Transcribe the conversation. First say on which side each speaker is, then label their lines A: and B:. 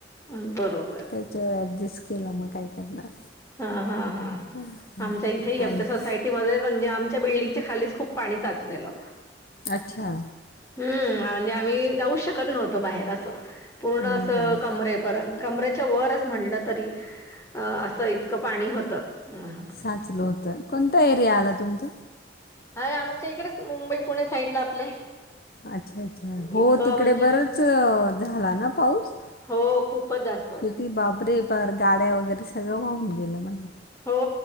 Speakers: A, on the left; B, on the left.
A: हं बरोब
B: त्याच्यावर ऍडजेस्ट केला म काय करणार
A: हा हा हा
B: हां
A: आमच्या इथे आमच्या
B: आणि
A: सोसायटीमध्ये म्हणजे आमच्या बिल्डिंगच्या खालीच खूप पाणी साचलेलं.
B: अच्छा
A: हम्म हा म्हणजे आम्ही जाऊचं शकत नव्हतो बाहेर असं पूर्ण
B: हम्म
A: असं
B: हम्म.
A: कमरेपर्यंत कमरेच्या वरच म्हटलंत तरी अ असं इतकं पाणी होतं. हा हा
B: साचलं होतं कोणता एरिया आला तुमचां
A: हाय आमच्या इकडेच मुंबई पुणे साईडला आपले
B: अच्छा अच्छा हो
A: इतकं
B: तिकडे
A: म्हणजे
B: बरच झाला ना पाऊस
A: हो खूपच जास्
B: किती बाबरे पार गाड्या वगैरे सगळं वाहून गेलं म्हणे
A: हो,